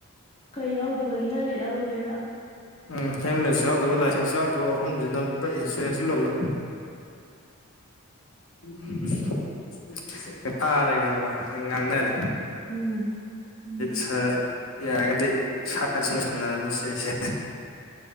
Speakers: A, on the left; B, on the left.
A: ꯀꯩ ꯌꯥꯎꯗꯕꯒꯤ ꯍꯦꯜꯃꯦꯠ ꯌꯥꯎꯗꯕꯩꯔꯣ
B: ꯎꯝ ꯍꯦꯝꯂꯦꯠ ꯁꯨ ꯌꯥꯎꯗꯕ ꯌꯥꯎꯗꯕ ꯑꯍꯨꯝꯁꯤ ꯅꯝꯕ ꯏꯟꯁꯨꯔꯦꯟꯁ ꯂꯣꯏꯕ ꯎꯝ ꯐꯥꯔꯦ ꯈꯥꯡꯕ ꯁꯤ ꯉꯥꯡꯅꯔꯦ
A: ꯎꯝ ꯎꯝ
B: ꯁꯥꯔ ꯌꯥꯔꯒꯗꯤ ꯁꯥꯅ ꯆꯨꯝꯁꯝꯅꯔꯝꯃꯁꯦ ꯑꯩꯁꯦ